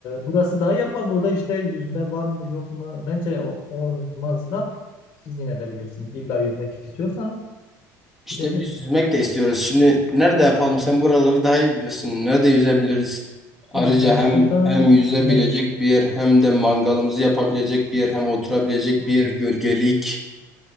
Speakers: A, on the left (about 45°); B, in the centre.
A: burası daha iyi ama burada işte yüzme var mı yok mu? Bence o- olmaz da siz yine de bilirsiniz. İlla yüzmek istiyorsanız
B: İşte
A: gidebiliriz.
B: biz yüzmek de istiyoruz. Şimdi nerede yapalım? Sen buraları daha iyi biliyorsun. Nerede yüzebiliriz? Ayrıca
A: Yüzmek
B: hem
A: istiyorsanız
B: hem yüzebilecek
A: mec
B: bir yer hem de mangalımızı yapabilecek bir yer hem oturabilecek
A: Hmm.
B: bir yer gölgelik.